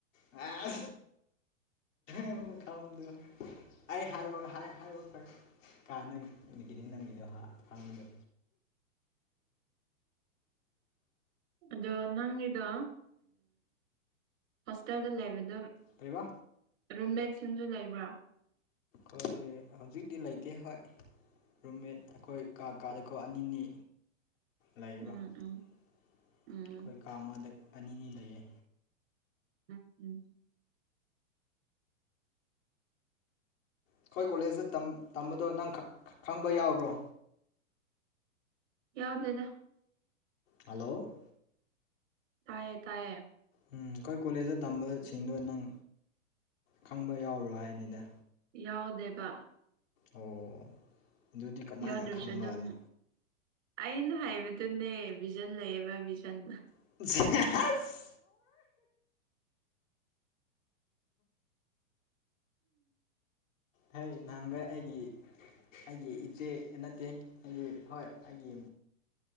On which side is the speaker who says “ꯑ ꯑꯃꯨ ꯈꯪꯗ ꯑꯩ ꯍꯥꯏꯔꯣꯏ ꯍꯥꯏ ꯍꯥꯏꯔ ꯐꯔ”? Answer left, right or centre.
Left